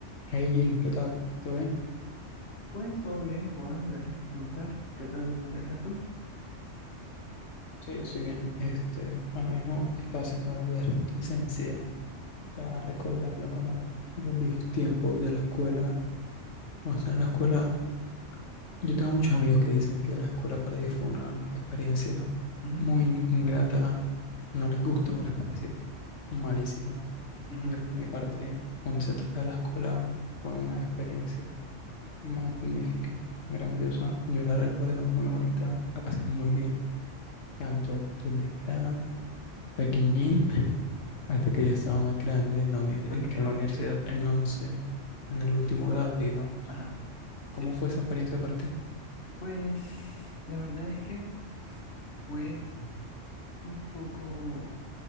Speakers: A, on the left (about 80°); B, on the left (about 60°).
A: Hey Jim, ¿qué tal? ¿Todo bien?
B: Pues todo bien, Juan, gracias por preguntar. ¿Qué tal estás tú?
A: Sí, yo estoy bien. Este, ahora mismo estaba haciendo algo de reminiscencia. Estaba recordando como los viejos tiempos de la escuela. O sea, en la escuela, yo tengo muchos amigos que dicen que la escuela para ellos fue una experiencia
B: Ujú,
A: muy ingrata. No les gustó, les pareció malísima.
B: ujú,
A: Yo por mi parte, cuando se trata de la escuela, fue una experiencia magnífica, grandiosa. Yo la recuerdo muy
B: Vale.
A: bonita, la pasé muy bien tanto desde que era pequeñín hasta que ya estaba más grande en la uni- eh,
B: Ok,
A: que en la universidad,
B: ok.
A: en la 11, en el último grado, digamos.
B: Ajá. Sí.
A: ¿Cómo fue esa experiencia para ti?
B: Pues la verdad es que fue un poco,